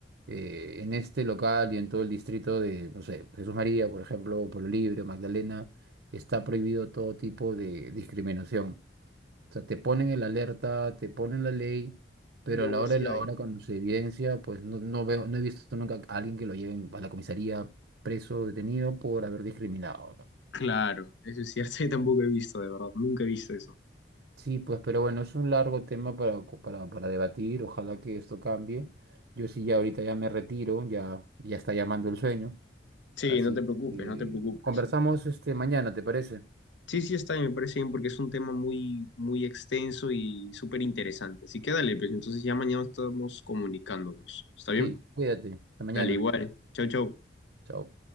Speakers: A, on the right (about 70°); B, on the left (about 75°).
A: eh, en este local y en todo el distrito de, no sé, Jesús María, por ejemplo, o Pueblo Libre, Magdalena, está prohibido todo tipo de discriminación. O sea, te ponen el alerta, te ponen la ley, pero
B: Y aún
A: a la
B: así
A: hora de la
B: hay.
A: hora, cuando se evidencia, pues no, no veo, no he visto nunca a alguien que lo lleven a la comisaría preso o detenido por haber discriminado, ¿no?
B: Claro, eso es cierto, <laughs> yo tampoco he visto, de verdad, nunca he visto eso.
A: Sí, pues, pero bueno, es un largo tema para, co- para, para debatir. Ojalá que esto cambie. Yo sí ya ahorita ya me retiro, ya, ya está llamando el sueño.
B: Sí,
A: Así
B: no te preocupes,
A: que
B: no te preocupes.
A: conversamos este mañana, ¿te parece?
B: Sí, sí, está, bien, me parece bien porque es un tema muy, muy extenso y súper interesante. Así que dale, pues entonces ya mañana estamos comunicándonos. ¿Está bien?
A: Sí, cuídate. Hasta mañana.
B: Dale, igual. Chau, chau.
A: Chao.